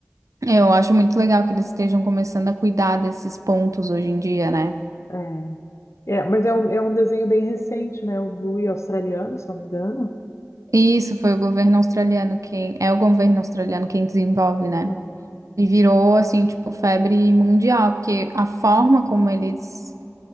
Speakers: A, on the right (about 85°); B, on the left (about 60°).
A: eu acho muito legal que eles estejam começando a cuidar desses pontos hoje em dia, né?
B: é. É, mas é um, é um desenho bem recente, né? O Bluey australiano, se não me engano.
A: E Isso foi o governo australiano quem, é o governo australiano quem desenvolve, né?
B: Não.
A: E virou, assim, tipo, febre mundial, porque a forma como eles,